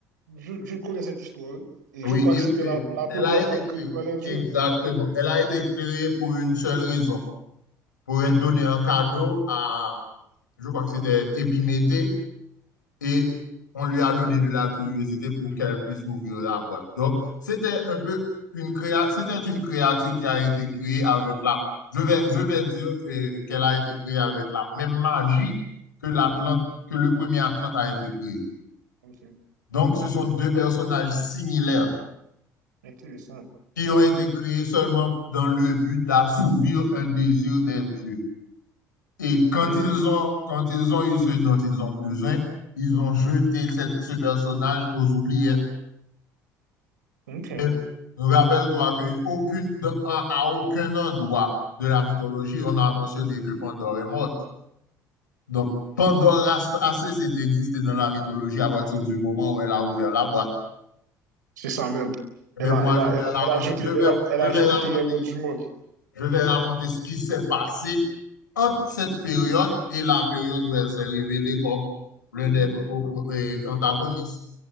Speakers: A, on the right (about 75°); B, on the left (about 80°).
A: Je, je connais cette histoire et
B: oui,
A: je crois
B: il-
A: que c'était la, la
B: elle
A: première
B: a été
A: femme créée
B: créée.
A: par les dieux.
B: Exactement. Elle a été créée pour une seule raison. pour donner un cadeau à, je crois que c'était Épiméthée, et on lui a donné de la curiosité pour qu'elle puisse ouvrir la boîte. Donc, c'était un peu une créa, c'était une créature qui a été créée avec la, je vais, je vais dire que- qu'elle a été créée avec la même magie que l'Atlante, que le premier Atlante a été créé.
A: Ok,
B: Donc, ce sont deux personnages similaires
A: intéressant.
B: qui ont été créés seulement dans le but d'assouvir un désir des dieux. Et quand
A: Intéressant.
B: ils ont, quand ils ont eu ce dont ils ont besoin, ils ont jeté cette- ce personnage aux oubliettes.
A: Ok,
B: Mais rappelle-toi qu'aucune, à aucun endroit de la mythologie, on a mentionné que Pandore est morte. Donc, Pandore a, a cessé d'exister dans la mythologie à partir du moment où elle a ouvert la boîte.
A: c'est ça même.
B: Mais
A: Elle
B: moi,
A: a, elle
B: je
A: a,
B: vais
A: elle a,
B: raconter,
A: elle a jeté,
B: je vais,
A: elle a, elle
B: je
A: a
B: vais
A: jeté
B: raconter
A: tous les mots du monde.
B: je vais raconter ce qui s'est passé entre cette période et la période où elle s'est révélée comme l'un des antagonistes.